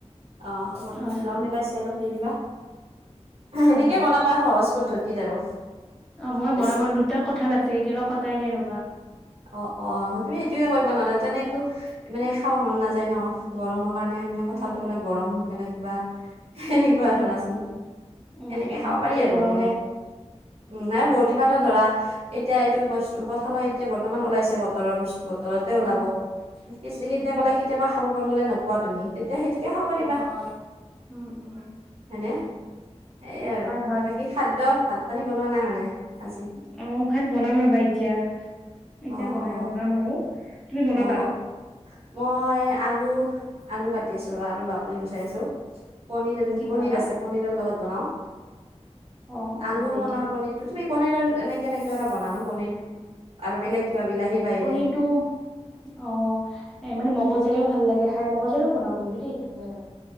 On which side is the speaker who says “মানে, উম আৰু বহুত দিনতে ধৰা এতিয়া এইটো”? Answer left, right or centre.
Right